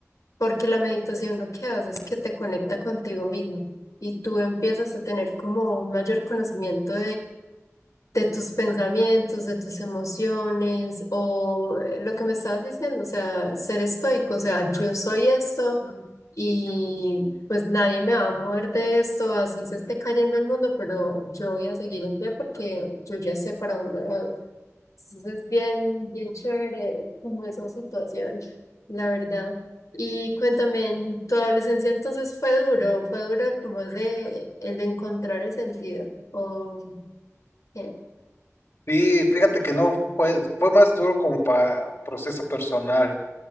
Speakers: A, on the left; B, on the left.
A: porque la meditación lo que hace es que te conecta contigo mismo y tú empiezas a tener como un mayor conocimiento de tus pensamientos, de tus emociones, o eh, lo que me estabas diciendo, o sea, ser estoico, o sea, yo soy esto y pues nadie me va a mover de esto, así se esté cayendo el mundo, pero yo voy a seguir en pie porque yo ya sé para dónde voy. Entonces es bien, bien chévere como esa situación, la verdad. Y cuéntame, en tu adolescencia entonces fue duro, fue duro como es de el de encontrar el sentido, o qué?
B: Sí, fíjate que no fue, fue más duro como para proceso personal.